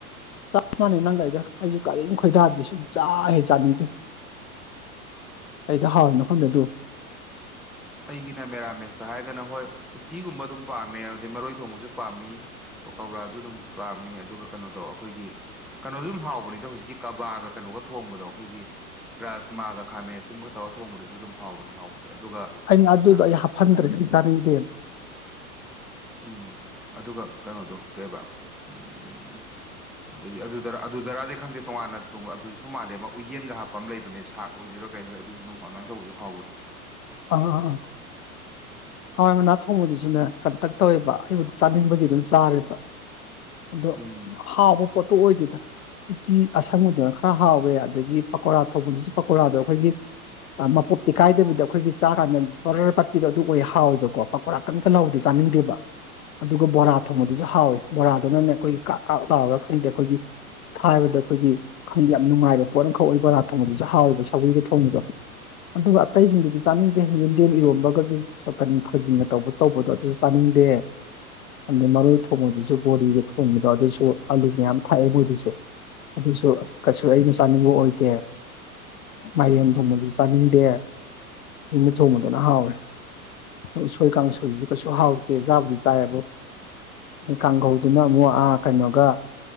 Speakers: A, on the left; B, in the centre.
A: ꯆꯞ ꯃꯥꯟꯅꯩ ꯅꯪꯒ ꯑꯩꯒ ꯑꯩꯁꯨ ꯀꯔꯤꯝ ꯈꯣꯏꯗꯥꯗꯤ ꯁꯨꯡ ꯆꯥ ꯍꯦꯛ ꯆꯥꯅꯤꯡꯗꯦ ꯑꯩꯗ ꯍꯥꯎꯔꯤꯅꯣ ꯈꯪꯗꯦ ꯑꯗꯨ
B: ꯑꯩꯒꯤꯅ ꯃꯦꯔꯥꯃꯦꯁꯇ ꯍꯥꯏꯔꯒꯅ ꯍꯣꯏ ꯎꯇꯤꯒꯨꯝꯕ ꯑꯗꯨꯝ ꯄꯥꯝꯃꯦ ꯑꯗꯩ ꯃꯔꯣꯏ ꯊꯣꯡꯕꯁꯨ ꯄꯥꯝꯃꯤ ꯄꯀꯧꯔꯥꯁꯨ ꯑꯗꯨꯝ ꯄꯥꯝꯃꯤ ꯑꯗꯨꯒ ꯀꯩꯅꯣꯗꯣ ꯑꯩꯈꯣꯏꯒꯤ ꯀꯩꯅꯣꯁꯨ ꯑꯗꯨꯝ ꯍꯥꯎꯕꯅꯤꯗ ꯍꯧꯖꯤꯛꯀꯤ ꯀꯕꯥꯒ ꯀꯩꯅꯣꯒ ꯊꯣꯡꯕꯗꯣ ꯑꯩꯈꯣꯏꯒꯤ ꯔꯥꯖꯃꯥꯒ ꯈꯥꯃꯦꯟ ꯁꯤꯨꯝꯕ ꯇꯧꯔꯒ ꯊꯣꯡꯕꯗꯁꯨ ꯑꯗꯨꯝ ꯍꯥꯎꯕꯅꯤ ꯍꯥꯎꯕꯗꯤꯦ ꯑꯗꯨꯒ
A: ꯑꯩꯅ ꯑꯗꯨꯗꯣ
B: ꯀꯩꯅꯣꯗꯣ
A: ꯑꯩ ꯍꯥꯞꯐꯟꯗ꯭ꯔꯦ ꯆꯥꯅꯤꯡꯗꯦꯅ
B: ꯎꯝ ꯑꯗꯨꯒ ꯀꯩꯅꯣꯗꯣ ꯀꯩꯕ ꯎꯝ ꯑꯗꯒꯤ ꯑꯗꯨꯗꯔ ꯑꯗꯨꯗꯔꯗꯤ ꯈꯪꯗꯦ ꯇꯣꯉꯥꯟꯅꯣꯡ ꯑꯗꯨꯗꯁꯨ ꯃꯥꯜꯂꯦ ꯑꯃ ꯎꯌꯦꯟꯒ ꯍꯥꯞꯄ ꯑꯃ ꯂꯩꯕꯅꯦ ꯁꯥꯛ ꯑꯣꯏꯗꯣꯏꯔꯥ ꯀꯩꯗ ꯑꯗꯨꯁꯨ ꯑꯗꯨꯝ ꯑꯗꯨꯃꯥꯏꯅ ꯇꯧꯕꯁꯨ ꯍꯥꯎꯕꯅꯦ
A: ꯑꯥ ꯑꯥ ꯍꯋꯥꯏ ꯃꯅꯥ ꯊꯣꯡꯕꯗꯨꯁꯨꯅꯦ ꯀꯟꯇꯛ ꯇꯧꯋꯦꯕ ꯑꯩꯕꯨꯗ ꯆꯥꯅꯤꯡꯕꯒꯤ ꯑꯗꯨꯝ ꯆꯥꯔꯦꯕ ꯑꯗꯣ
B: ꯎꯝ
A: ꯍꯥꯎꯕ ꯄꯣꯠꯇꯣ ꯑꯣꯏꯗꯦꯗ ꯎꯇꯤ ꯑꯁꯪꯕꯗꯅ ꯈꯔ ꯍꯥꯎꯋꯦ ꯑꯗꯒꯤ ꯄꯀꯧꯣꯔꯥ ꯊꯧꯕꯗꯨꯁꯨ ꯄꯀꯧꯣꯔꯥꯗ ꯑꯩꯈꯣꯏꯒꯤ ꯄꯣꯞꯇꯤ ꯀꯥꯏꯗꯕꯤꯗ ꯑꯩꯈꯣꯏꯒꯤ ꯆꯥ ꯀꯥꯟꯗ ꯄꯔ ꯄꯥꯠꯄꯤꯗꯣ ꯑꯗꯨ ꯑꯣꯏ ꯊꯥꯎꯋꯦꯕꯀꯣ ꯄꯀꯔꯥꯛ ꯀꯟ ꯀꯅꯥꯎꯣ ꯆꯥꯅꯤꯡꯗꯦꯕ ꯑꯗꯨꯒ ꯕꯣꯔꯥ ꯊꯣꯡꯕꯗꯨꯁꯨ ꯍꯥꯎꯋꯤ ꯕꯣꯔꯥꯗꯨꯅꯅꯦ ꯑꯩꯈꯣꯏꯒꯤ ꯀꯥꯛ ꯀꯥꯛ ꯂꯥꯎꯔꯒ ꯈꯪꯗꯦ ꯑꯩꯈꯣꯏꯒꯤꯕꯗ ꯑꯗ ꯑꯩꯈꯣꯏꯒꯤ ꯈꯪꯗꯦ ꯌꯥꯝ ꯅꯨꯡꯉꯥꯏꯕ ꯄꯣꯠ ꯑꯃꯈꯛ ꯑꯣꯏ ꯕꯣꯔꯥ ꯊꯣꯡꯕꯗꯨꯁꯨ ꯍꯥꯎꯋꯦꯕ ꯁꯧꯒꯔꯤꯒꯤ ꯊꯣꯡꯕꯗꯣ ꯑꯗꯨꯒ ꯑꯇꯩꯁꯤꯡꯗꯨꯗꯤ ꯆꯥꯅꯤꯡꯗꯦ ꯍꯦꯟꯖꯟꯒꯦꯝ ꯏꯔꯣꯟꯝꯕꯒ ꯟ ꯊꯥꯖꯤꯟꯅ ꯇꯧꯕ ꯇꯧꯕꯗꯣ ꯑꯗꯨꯁꯨ ꯆꯥꯅꯤꯡꯗꯦ ꯑꯗꯩ ꯃꯔꯣꯏ ꯊꯣꯡꯕꯗꯨꯁꯨ ꯕꯣꯔꯤꯒ ꯊꯣꯡꯕꯗꯣ ꯑꯗꯨꯁꯨ ꯑꯂꯨ ꯃꯌꯥꯝ ꯊꯥꯛꯑꯦ ꯃꯣꯏꯗꯨꯁꯨ ꯑꯗꯨꯁꯨ ꯀꯩꯁꯨ ꯑꯩꯅ ꯆꯥꯅꯤꯡꯕ ꯑꯣꯏꯗꯦ ꯃꯌꯦꯡ ꯊꯣꯡꯕꯁꯨ ꯆꯥꯅꯤꯡꯗꯦ ꯅꯨꯃꯤꯠ ꯊꯣꯡꯕꯗꯅ ꯍꯥꯎꯋꯤ ꯎꯁꯣꯏ ꯀꯥꯡꯁꯣꯏꯗꯨ ꯀꯩꯁꯨ ꯍꯥꯎꯇꯦ ꯆꯥꯕꯨꯗꯤ ꯆꯥꯏꯌꯦꯕꯣ
B: <unintelligible>
A: ꯀꯥꯡꯈꯧꯗꯨꯅ ꯑꯃꯨꯛ ꯀꯩꯅꯣꯒ